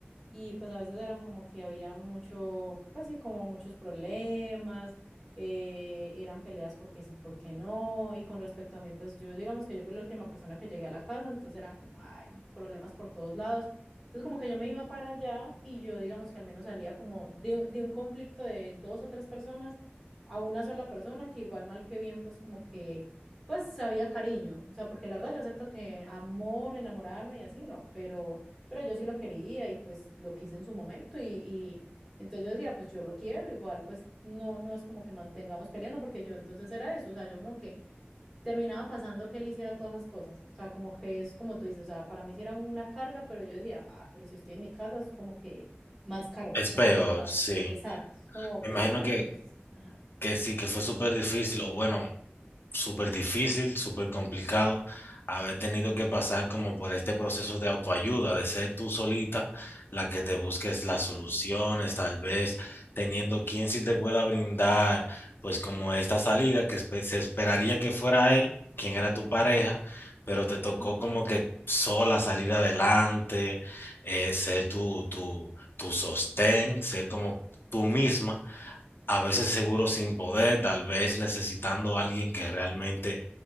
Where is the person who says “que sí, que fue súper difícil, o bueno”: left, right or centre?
Left